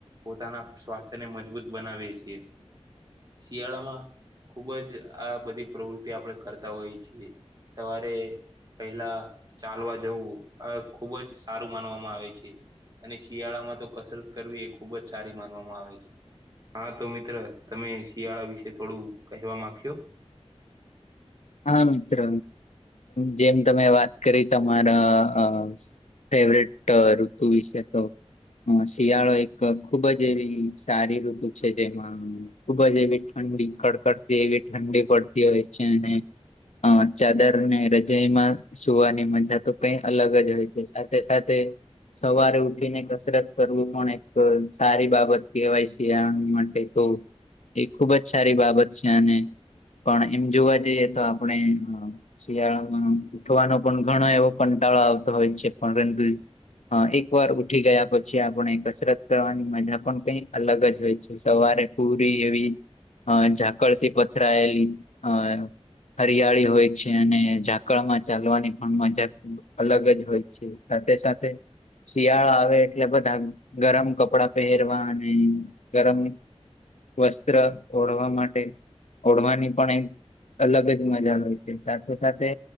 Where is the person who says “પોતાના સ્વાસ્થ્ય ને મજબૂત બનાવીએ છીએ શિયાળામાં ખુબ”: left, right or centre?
Right